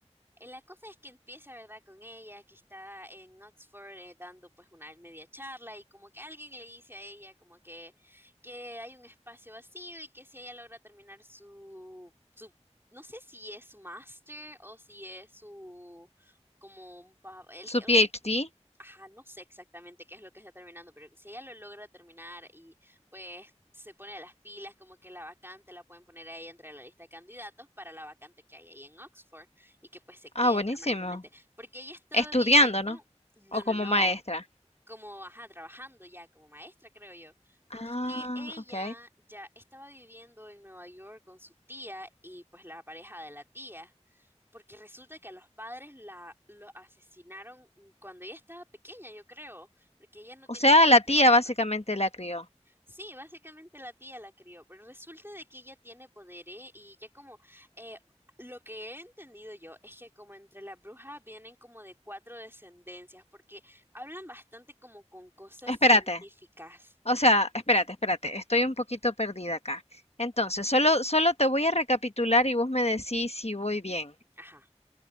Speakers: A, on the right (about 20°); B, on the left (about 60°).
A: Eh, La cosa es que empieza, ¿verdad?, con ella, que está en Oxford eh, dando pues una media charla y como que alguien le dice a ella como que, que hay un espacio vacío y que si ella logra terminar su, su, no sé si es su máster o si es su, como un, pa- el,
B: su PhD.
A: ajá, no sé exactamente qué es lo que está terminando, pero que si ella lo logra terminar y pues se pone las pilas, como que la vacante la pueden poner ahí entre la lista de candidatos para la vacante que hay ahí en Oxford y que pues se
B: Ah,
A: quede
B: buenísimo.
A: permanentemente, porque ella ha estado
B: Estudiando,
A: viviendo,
B: ¿no?
A: no,
B: O
A: no,
B: como
A: no.
B: maestra.
A: como, ajá, trabajando ya como maestra, creo yo, porque
B: Ah,
A: es que ella
B: ok.
A: ya estaba viviendo en Nueva York con su tía y pues la pareja de la tía porque resulta que a los padres la lo asesinaron cuando ella estaba pequeña, yo creo, porque ella no
B: O
A: tiene
B: sea,
A: muchos
B: la tía
A: recuerdos.
B: básicamente la crió.
A: Sí, básicamente la tía la crió, pero resulta de que ella tiene poder, ¿eh? Y ya como eh, lo que he entendido yo es que como entre las brujas vienen como de cuatro descendencias, porque hablan bastante como con cosas
B: Espérate.
A: científicas.
B: O sea, espérate, espérate. Estoy un poquito perdida acá. Entonces, solo, solo te voy a recapitular y vos me decís si voy bien.
A: Ajá.